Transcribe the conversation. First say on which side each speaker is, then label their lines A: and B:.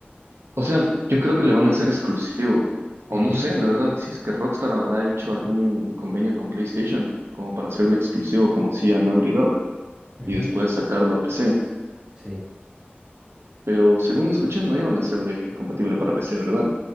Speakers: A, on the right; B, on the right.
A: O sea, yo creo que le van a hacer exclusivo, o
B: Ujú,
A: no sé, la verdad, si es que Rockstar habrá hecho algún convenio con PlayStation como para hacerle exclusivo como hacía Naughty Dog
B: ujú,
A: y después sacarlo a PC.
B: Sí.
A: Pero según escuché, no iban a hacerle compatible para PC, ¿verdad?